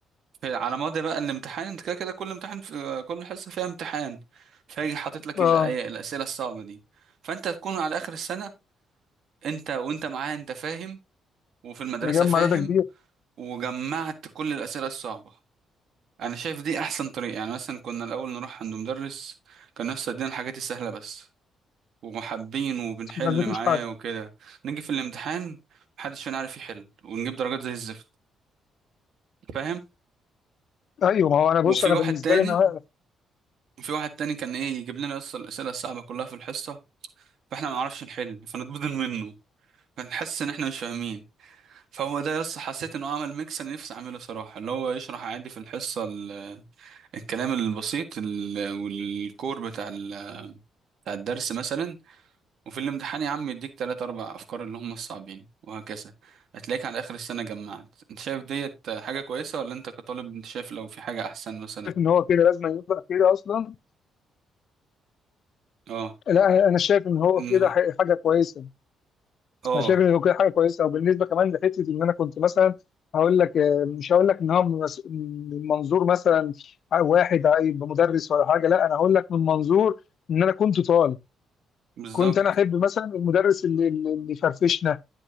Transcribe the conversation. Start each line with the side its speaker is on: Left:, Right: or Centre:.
Right: في- على مدى بقى الامتحان انت كده كده كل امتحان في كل حصه فيها امتحان فيجي حاطط لك
Left: اه
Right: ال- آه، الاسئله الصعبه دي فانت تكون على اخر السنه انت وانت معاه انت فاهم وفي المدرسه
Left: مجمع
Right: فاهم
Left: داتا كبير
Right: وجمعت كل الاسئله الصعبه انا شايف دي احسن طريقه يعني مثلا كنا الاول نروح عند مدرس كان نفسه يدينا الحاجات السهله بس ومحبين وبنحل
Left: لازم مفيش
Right: معاه
Left: حد
Right: وكده نيجي في الامتحان محدش فينا عارف يحل ونجيب درجات زي الزفت فاهم
Left: ايوه ما هو انا بص
Right: وفي
Left: انا
Right: واحد
Left: بالنسبه
Right: تاني
Left: لي انا
Right: في واحد تاني كان ايه يجيب لنا اصلا الاسئله الصعبه كلها في الحصه فاحنا ما نعرفش نحل فنتبضن منه فنحس ان احنا مش فاهمين فهو ده يس حسيت انه عمل ميكس انا نفسي اعمله صراحه اللي هو يشرح عادي في الحصه ال- الكلام البسيط ال- والكور بتاع ال- بتاع الدرس مثلا وفي الامتحان يا عم يديك تلات اربع افكار اللي هم الصعبين وهكذا هتلاقيك على اخر السنه جمعت انت شايف ديت حاجه كويسه ولا انت كطالب انت شايف لو في حاجه احسن مثلا
Left: شايف ان هو كده لازم يبقى كده اصلا
Right: اه
Left: لا انا شايف ان هو
Right: انه
Left: كده ح- حاجه كويسه
Right: اه
Left: انا شايف ان كده حاجه كويسه وبالنسبه كمان لحته ان انا كنت مثلا هقول لك آه، مش هقول لك ان هو من مس- من منظور مثلا واحد هيبقى مدرس ولا حاجه لا انا هقول لك من منظور ان انا كنت طالب
Right: بالظبط
Left: كنت انا احب مثلا المدرس اللي اللي اللي يفرفشنا